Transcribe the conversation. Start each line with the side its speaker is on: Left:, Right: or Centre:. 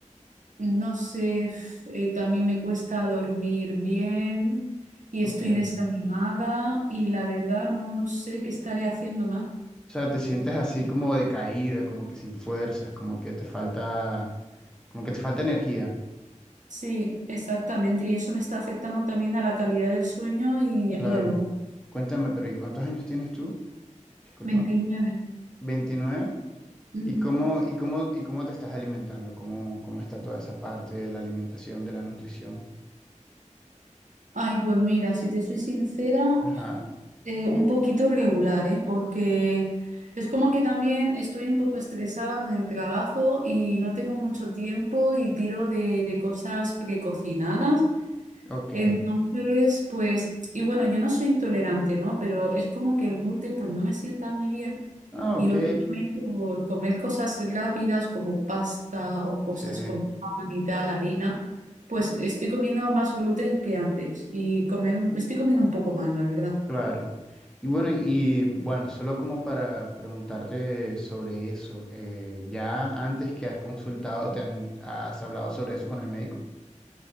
Right: no sé, f- eh, también me cuesta dormir bien y
Centre: ok.
Right: estoy desanimada y la verdad no, no sé qué estaré haciendo más.
Centre: O sea, te sientes así como decaída, como que sin fuerzas, como que te falta, como que te falta energía.
Right: Sí, exactamente. Y eso me está afectando también a la calidad del sueño y,
Centre: Claro.
Right: y al humor.
Centre: Cuéntame, pero ¿y cuántos años tienes tú? Disculpa.
Right: veintinueve
Centre: 29.
Right: Ujú.
Centre: ¿Y cómo, y cómo, y cómo te estás alimentando? ¿Cómo, cómo está toda esa parte de la alimentación, de la nutrición?
Right: Ay, pues mira, si te soy sincera,
Centre: Ajá.
Right: eh, un poquito regular, ¿eh? Porque es como que también estoy un poco estresada con el trabajo y no tengo mucho tiempo y tiro de, de cosas precocinadas.
Centre: Ok,
Right: Entonces, pues, y bueno, yo no soy intolerante, ¿no? Pero es como que el gluten, pues, no me sienta muy bien.
Centre: ah,
Right: Y
Centre: ok,
Right: últimamente por comer cosas rápidas como pasta o cosas
Centre: sí,
Right: con pan y tal, harina, pues estoy comiendo más gluten que antes y comer un- estoy comiendo un poco mal, la verdad.
Centre: claro. Y bueno, y bueno, solo como para preguntarte sobre eso, eh, ¿ya antes que has consultado te han, has hablado sobre eso con el médico?